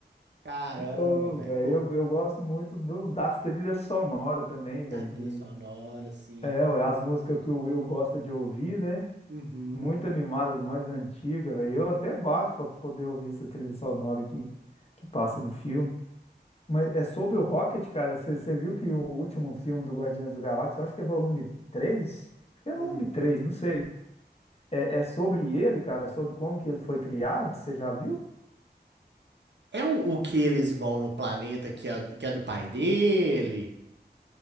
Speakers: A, on the right; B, on the left.
A: Caramba,
B: Ô,
A: velho.
B: velho,
A: Ou
B: eu, eu gosto muito do, das trilhas sonoras também, velho.
A: na trilha
B: De...
A: sonora, assim.
B: É, ué, as músicas que o Will gosta de ouvir, né?
A: Uhum.
B: Muito animadas, mais antigas, velho. Eu até baixo pra poder ouvir essas trilhas sonoras que, que passa no filme. Mas é sobre o Rocket, cara. Você viu que o último filme do Guardiões da Galáxia, eu acho que é volume 3. Acho que é volume
A: Hum.
B: 3, não sei. É, é sobre ele, cara, sobre como que ele foi criado, você já viu?
A: É o, o que eles vão no planeta que é, que é do pai dele?